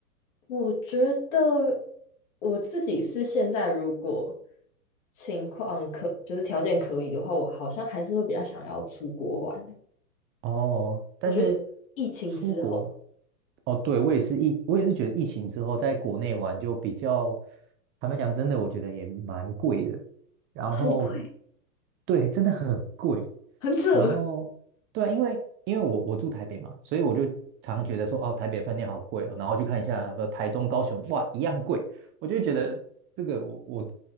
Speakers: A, on the left; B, on the right.
A: 我觉得我自己是现在，如果情况可就是条件可以的话，我好像还是会比较想要出国玩。
B: 哦，但是
A: 我觉得疫情之后
B: 出国，哦，对，我也是疫，我也是觉得疫情之后在国内玩就比较，坦白讲，真的我觉得也蛮贵的。然后，
A: 很贵，
B: 对，真的很贵。
A: 很扯。
B: 然后，对啊因为因为我我住台北嘛，所以我就常常觉得说，哦，台北饭店好贵哦。然后就看一下，呃台中、高雄，哇，一样贵。我就觉得这个我我，